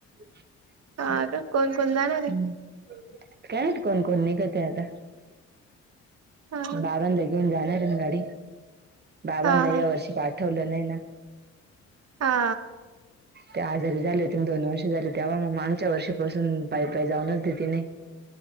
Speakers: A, on the right; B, on the right.
A: <unintelligible>
B: हा का कोण कोण जाणार आहे
A: हम्, कायमाहीत कोण कोन निघतय आता.
B: हा
A: बाबानला घेऊन जाणारय ना गाडी. बाबानला
B: हा हा
A: या वर्षी पाठवलं नाही ना.
B: हा.
A: ते आजारी झाले होते ना, दोन वर्ष झाले. तेव्हा मग मागच्या वर्षापासून पाय-पाय जाऊनच देति नाही.